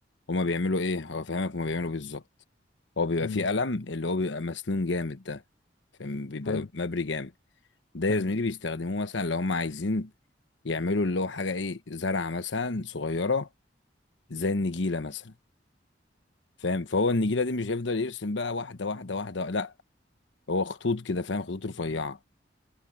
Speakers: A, on the left; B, on the left.
A: هما بيعملوا ايه هو فاهمك هما بيعملوا بالظبط هو بيبقى
B: امم
A: فيه قلم اللي هو بيبقى مسنون جامد ده فاهم؟ بيبقى
B: حلو
A: مبري جامد ده يا
B: حلو
A: زميلي بيستخدموه مثلا لو هم عايزين يعملوا اللي هو حاجة ايه زرعة مثلا صغيرة زي النجيلة مثلا فاهم فهو النجيلة دي مش هيفضل يرسم بقى واحدة واحدة واحدة لا هو خطوط كده فاهم خطوط رفيعة